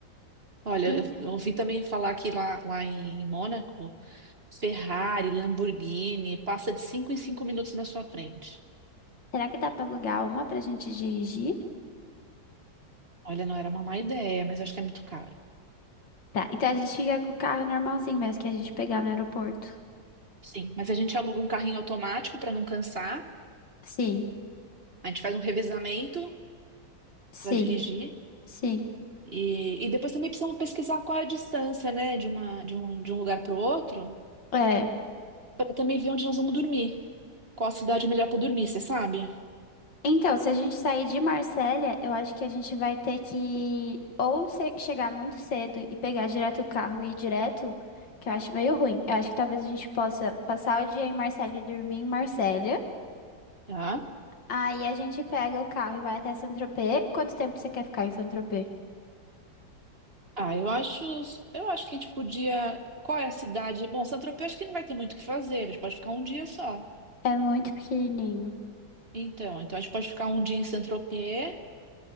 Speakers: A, on the right (about 35°); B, on the left (about 75°).
A: Olha,
B: E
A: eu eu ouvi também falar que lá, lá em Mônaco, Ferrari, Lamborghini, passa de 5 em 5 minutos na sua frente.
B: será que dá pra alugar uma pra gente dirigir?
A: Olha, não era uma má ideia, mas acho que é muito caro.
B: Tá, então a gente fica com o carro normalzinho mesmo que a gente pegar no aeroporto.
A: Sim, mas a gente aluga um carrinho automático para não cansar,
B: Sim,
A: a gente faz um revezamento
B: sim,
A: para dirigir.
B: sim.
A: E, e depois também precisamos pesquisar qual é a distância, né, de uma, de um, de um lugar para o outro,
B: É.
A: para também ver onde nós vamos dormir. Qual a cidade melhor para dormir, você sabe?
B: Então, se a gente sair de Marsella, eu acho que a gente vai ter que ou se- chegar muito cedo e pegar direto o carro e ir direto, que eu acho meio ruim. Eu acho que talvez a gente possa passar o dia em Marsella e dormir em Marsella.
A: Tá?
B: Aí a gente pega o carro e vai até Saint-Tropez. Quanto tempo você quer ficar em Saint-Tropez?
A: Ah, eu acho, eu acho que a gente podia. Qual é a cidade? Bom, Saint-Tropez acho que não vai ter muito o que fazer, a gente pode ficar um dia só.
B: É muito pequenininho.
A: Então, então a gente pode ficar um dia em Saint-Tropez